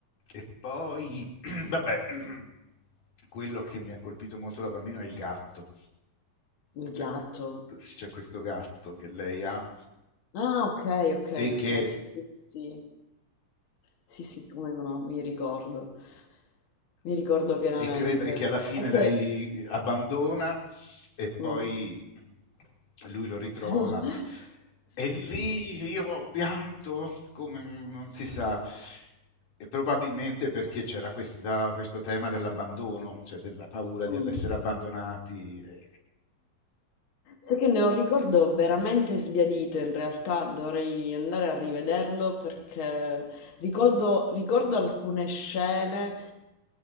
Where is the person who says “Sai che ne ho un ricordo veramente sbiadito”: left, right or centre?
Left